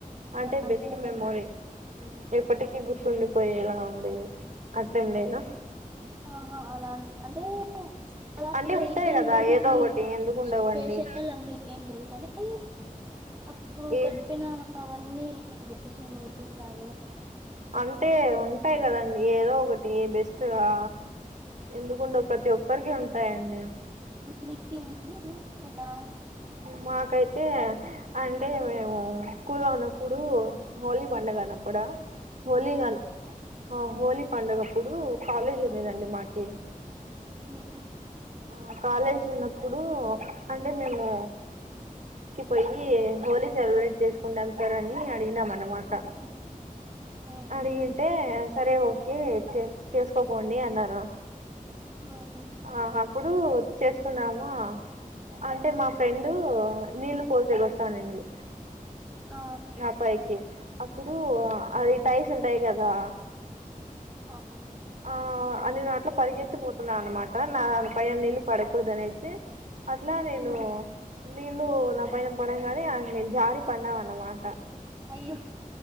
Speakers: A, on the right (about 55°); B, on the right (about 15°).
A: అంటే
B: అలాంటివి
A: బెస్ట్ మెమోరీ
B: అని
A: ఊ ఎప్పటికీ గుర్తుండిపోయేలా ఉండేది కట్ ఏం లేనా
B: ఆహా అలాంటి అంటే అలాంటే
A: అంటే ఉంటాయి
B: ఏం
A: కదా
B: లేదు కానీ
A: ఏదో ఒకటి ఎందుకు ఉండవండి
B: స్పేషల్ అంట ఏం లేదు కానీ అయి అప్పుడు
A: ఈ
B: గడిపిన అవన్నీ నీకు బెస్ట్ మెమోరీస్ లాగే
A: అంటే ఉంటాయి కదండి ఏదో ఒకటి బెస్ట్గా ఎందుకుండవ్ ప్రతి ఒక్కరికి ఉంటాయండి.
B: మీకి ఉండదు అలా
A: మాకైతే అంటే మేము స్కూల్ లో ఉన్నప్పుడు హోలీ పండగ అన్నప్పుడా హోలీగాన్ ఆ హోలీ పండగప్పుడు కాలేజ్ ఉండదండి మాకి
B: ఈ
A: ఆ కాలేజ్ ఉన్నప్పుడు అంటే మేము కి పోయి హోలీ సెలబ్రేట్ చేసుకుంటాం సార్ అని అడిగినం అన్నమాట.
B: ఉమ్, ఉమ్, ఉమ్,
A: అడిగింటే సరే ఓకే చేసుకోపోండి అన్నారు.
B: ఉమ్,
A: ఆహ ఇప్పుడు చేసుకున్నాము అంటే మా ఫ్రెండ్ నీళ్లు పోసేకి వస్తాననింది.
B: ఆ,
A: నా పైకి అప్పుడు అది టైస్ ఉంటాయి కదా.
B: ఆ,
A: ఆ నేను అట్ల పరిగెత్తిపోతున్నా అనమాట నాపైన నీళ్ళు పడకూడదు అనేసి అట్లా నేను
B: ఉమ్,
A: నీళ్లు నా పైన పడగానే నేను జారీపన్నాం అన్నమాట. త
B: అయ్యో